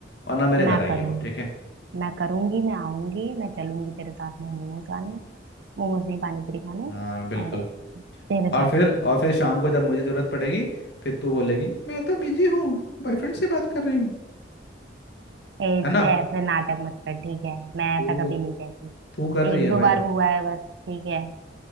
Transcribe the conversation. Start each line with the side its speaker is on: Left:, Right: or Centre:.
Left: और ना मेरे घर
Right: मैं
Left: आइयो
Right: करूंगी
Left: ठीक है
Right: मैं करूंगी मैं आऊंगी मैं चलूंगी तेरे साथ में मोमोज खाने मोमोज नहीं पानी पूरी खाने
Left: हाँ बिल्कुल
Right: और तेरे
Left: और
Right: साथ
Left: फिर
Right: ही करूंगी
Left: और फिर शाम को जब मुझे जरूरत पड़ेगी फिर तू बोलेगी मैं तो बिजी हूँ बॉयफ्रेंड से बात कर रही हूँ
Right: ए-
Left: है ना
Right: ऐसे नाटक मत कर ठीक है मैं
Left: तू
Right: ऐसा कभी नहीं कहती
Left: तू कर रही
Right: एक
Left: है
Right: दो
Left: भाई
Right: बार हुआ है बस ठीक है